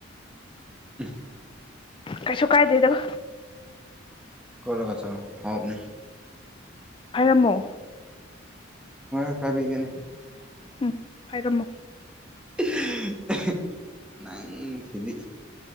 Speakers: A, in the centre; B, on the left.
A: <inaudible>
B: ꯀꯩꯁꯨ ꯀꯥꯏꯗꯦꯗꯧꯕꯣ
A: ꯀꯣꯂ ꯀ ꯆ ꯍꯕꯅꯦ
B: ꯍꯥꯏꯔꯝꯃꯣ
A: ꯍꯣꯏ ꯐꯕꯤꯤ ꯀꯅꯤ
B: ꯎꯝ ꯐꯥꯏꯔꯝꯃꯣ
A: <inaudible> ꯅꯪ ꯁꯤꯗꯤ